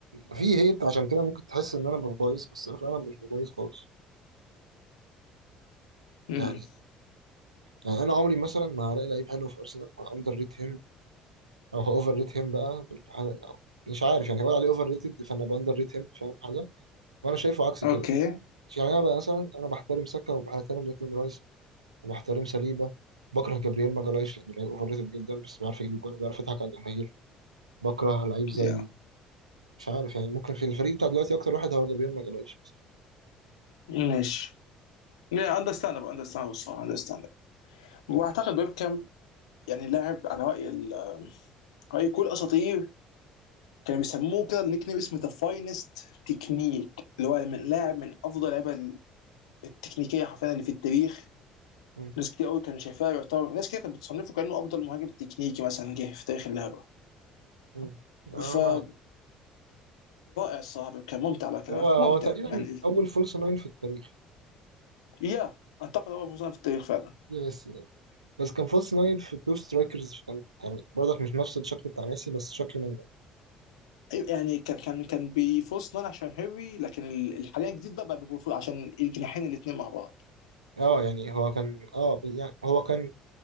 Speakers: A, on the right; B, on the left.
A: في هيت عشان كده ممكن تحس ان انا ببايظ بس انا فعلا مش ببايظ خالص
B: امم
A: يعني يعني انا عمري مثلا ما هلاقي لعيب حلو في ارسنال اندر ريت هيم او اوفر ريت هيم بقى بالح- أو مش عارف يعني هقول عليه اوفر ريتد فانا باندر ريت هيم فاهم حاجه وانا شايفه عكس
B: اوكي
A: كده يعني انا بقى مثلا انا بحترم ساكا وبحترم ديكلان رايس وبحترم سليبه بكره جابرييل ماجالايش لانه لعيب اوفر ريتد جدا بس بيعرف يجيب جول وبيعرف يضحك على الجماهير بكره لعيب زي
B: يا
A: مش عارف يعني ممكن في الفريق بتاع دلوقتي اكتر واحد هو جابرييل ماجالايش مثلا
B: ماشي لا اندرستاندبل اندرستاندبل الصراحه اندرستاندبل واعتقد بيبكم يعني لاعب على راي ال- راي كل اساطير كانوا بيسموه كده النيك نيم اسمه ذا فاينست تكنيك اللي هو من لاعب من افضل اللعيبه التكنيكيه حرفيا اللي في التاريخ
A: مم.
B: ناس كتير قوي كانوا شايفاه يعتبر ناس كتير كانت بتصنفه كانه افضل مهاجم تكنيكي مثلا جه في تاريخ اللعبه
A: مم. انا
B: فرائع
A: معاك
B: الصراحه كان ممتع على كلامك
A: هو هو
B: ممتع
A: تقريبا
B: يعني
A: اول فولس ناين في التاريخ
B: يا اعتقد هو فوزان في التاريخ فعلا
A: بس بس كان فولس ناين في تو سترايكرز كان يعني برضك مش نفس الشكل بتاع ميسي بس شكل منه
B: أيوة، يعني كان كان كان بيفورس نان عشان هيري لكن ال- ال- حاليا الجديد ده بقى بيفورس عشان الجناحين الاثنين مع بعض
A: اه يعني هو كان اه يعني هو كان